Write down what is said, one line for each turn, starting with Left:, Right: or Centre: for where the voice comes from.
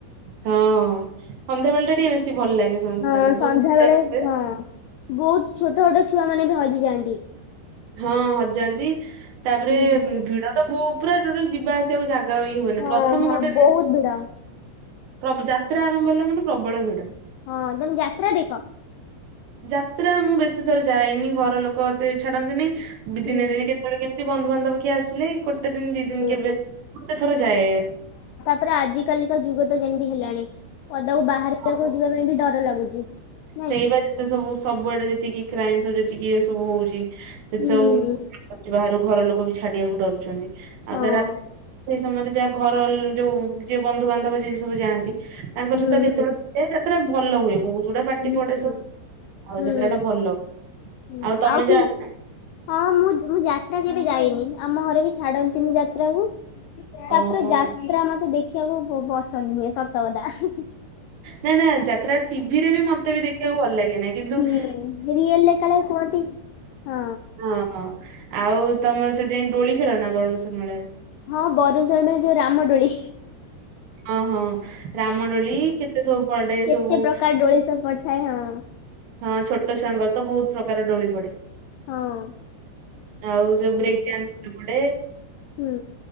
Right: ହଁ ସନ୍ଧ୍ୟାବେେଳେ ଟା ଟିକେ ବେଶୀ ଭଲ ଲାଗେ। ସନ୍ଧ୍ୟାଟା
Left: ହଁ
Right: ବହୁତ
Left: ସନ୍ଧ୍ୟା
Right: ଭିଡ଼
Left: ବେଳେ
Right: ହୁଏ।
Left: ହଁ ବହୁତ ଛୋଟ ଛୋଟ ଛୁଆ ମାନେ ବି ହଜିଯାଆନ୍ତି
Right: ହଁ ହଜାନ୍ତି। ତାପରେ
Left: ହୁଁ ହୁଁ
Right: ଭିଡ ତ ବୋଉ ପୁରା ଟୋଟାଲ ଯିବା ଆସ ତେଣୁ ଜାଗା ଇଏ ହୁଏନି।
Left: ହଁ
Right: ପ୍ରଥମ
Left: ହଁ
Right: ଗୋଟେ
Left: ବହୁତ ଭିଡ
Right: ପ୍ର ଯାତ୍ରା ଆରମ୍ଭ ହେଲା ମାନେ ପ୍ରବଳ ଭିଡ।
Left: ହଁ ତମେ ଯାତ୍ରା ଦେଖ?
Right: ଯାତ୍ରା ମୁଁ ବେଶୀ ଥର ଯାଇନି, ଘର ଲୋକ ଏତେ ଛାଡନ୍ତିନି,
Left: ହୁଁ
Right: ଦିନେ ଦିନେ କେତେବେଳେ କେ ତି ବନ୍ଧୁବାନ୍ଧବ କିଏ ଆସିଲେ, ଗୋଟେ ଦିନ ଦି
Left: ହୁଁ।
Right: ଦିନ କେବେ, ଗୋଟେ ଥର ଯାଏ।
Left: ପରା ଆଜି କାଲିକା ଯୁଗ ତ ଯେମିତି ହେଲାଣି, ପଦାକୁ ବାହାରିବାକୁ
Right: ହଁ ବା
Left: ଯିବା ପାଇଁ ବି ଡର ଲାଗୁଛି। ନାଇଁ।
Right: ସେଇ ବା ଯେତେ ସବୁ ସବୁଆଡେ ଯେତିକି କ୍ରାଇମ ସବୁ ଯେତିକି ଏ ସବୁ ହଉଛି, ସେତ
Left: ହୁଁ।
Right: ସବୁ ବାହାରୁ ଘର ଲୋକ ବି ଛାଡିବାକୁ ଡରୁଛନ୍ତି। ଆଉ
Left: ହଁ
Right: ତ ରାତି ସେଇ ସମୟରେ ଯାହା ଘର ଯୋଉ ଯିଏ ବନ୍ଧୁ ବାନ୍ଧବ ଯିଏ ସବୁ ଯାଆନ୍ତି, ତାଙ୍କର
Left: ହୁଁ
Right: ସହିତ କେତେବେଳେ-
Left: ହୁଁ
Right: ଏ ଯାତ୍ରା ଭଲ ହୁଏ। ବହୁତ ଗୁଡା ପା
Left: ହୁଁ
Right: ପାଟି ପଡେ
Left: ହୁଁ
Right: ସବୁ। ଆଉ
Left: ହୁଁ
Right: ଯାତ୍ରା ଟା ଭଲ।
Left: ହୁଁ
Right: ଆଉ ତମେ
Left: କି
Right: ଯାଆନା?
Left: ହଁ ମୁଁ ମୁଁ ଯାତ୍ରା କେବେ ଯାଇନି। ଆମ ଘରେ ବି ଛାଡନ୍ତିନି ଯାତ୍ରାକୁ। ତାପରେ
Right: ଓହୋ।
Left: ଯାତ୍ରା ମତେ ଦେଖିବାକୁ ପସନ୍ଦ ନୁହେଁ, ସତକଥା।
Right: ନାଁ ନାଁ ଯାତ୍ରା ଟିଭି ରେ ବି ମତେ ବି ଦେଖିବାକୁ ଭଲ ଲାଗେନହିଁ କିନ୍ତୁ
Left: ହୁଁ
Right: <inaudible>
Left: ରିଏଲରେ କାଳେ କୁହନ୍ତି ହଁ
Right: ଓ ହ, ଆଉ ତମର ସେଠି ଯାଇ ଦୋଳି ଖେଳ ନା ବରୁଣେଶ୍ୱର ମେଳାରେ?
Left: ହଁ ବରୁଣେଶ୍ଵର ମେଳାରେ ଯୋଉ ରାମଦୋଳି।
Right: ଓହୋ ରାମଦୋଳି, କେତେ ସବୁ ପଡେ
Left: କେତେ
Right: ସବୁ
Left: ପ୍ରକାର ଦୋଳି ସବ୍ ଥାଇ ହଁ।
Right: ହଁ ଛୋଟ ଛୁଆଙ୍କର ତ ବହୁତ ପ୍ରକାର ଡୋଳି ପଡେ।
Left: ହଁ।
Right: ଆଉ ଯୋଉ ବ୍ରେକ୍ ଡିଆନ୍ସ ପଡେ।
Left: ହୁଁ।